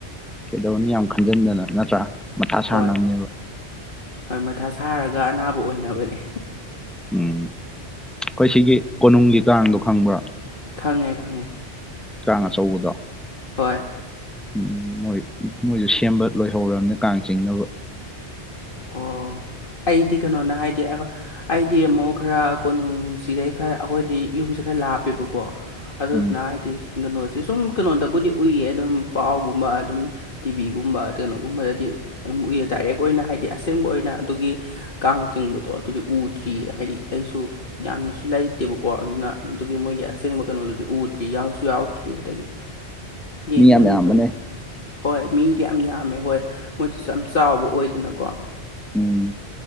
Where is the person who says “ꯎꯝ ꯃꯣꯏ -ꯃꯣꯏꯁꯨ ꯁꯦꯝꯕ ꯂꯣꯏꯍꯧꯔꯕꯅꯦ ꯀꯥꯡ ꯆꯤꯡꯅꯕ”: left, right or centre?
Centre